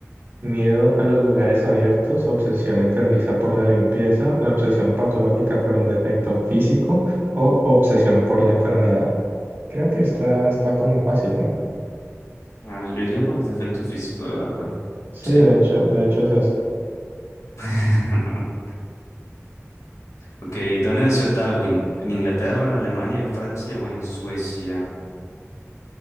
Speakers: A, on the right; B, on the left.
A: Miedo a los lugares abiertos, obsesión enfermiza por la limpieza, la obsesión patológica por un defecto físico o obsesión por la enfermedad. Creo que está, está como fácil, ¿no?
B: Ah, yo iría por el defecto físico, la verdad.
A: Sí,
B: Sí.
A: de hecho, de hecho es eso.
B: <laughs> Ok, ¿dónde nació Darwin? ¿En Inglaterra, en Alemania, en Francia o en Suecia?